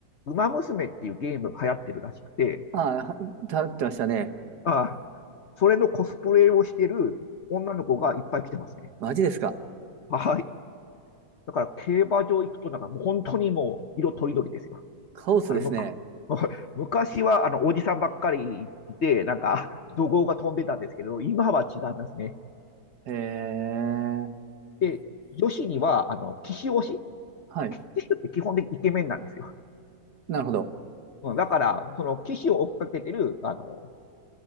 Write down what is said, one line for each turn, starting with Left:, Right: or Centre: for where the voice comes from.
Left: ウマ娘っていうゲームが流行ってるらしくて、
Right: ああ、は立ってましたね。
Left: あ、それのコスプレをしてる女の子がいっぱい来てますね。
Right: マジですか。
Left: はい。だから競馬場行くとなんかもう本当にもう色とりどりですよ。
Right: カオスですね。
Left: あの、むか <laughs> 昔はあのおじさんばっかりいて、なんか怒号が飛んでたんですけど、今は違いますね。
Right: へえ。
Left: で、女子にはあの騎手推し、
Right: はい。
Left: 騎手って基本的にイケメンなんですよ。
Right: なるほど。
Left: うんだから、その騎手を追っかけてるあの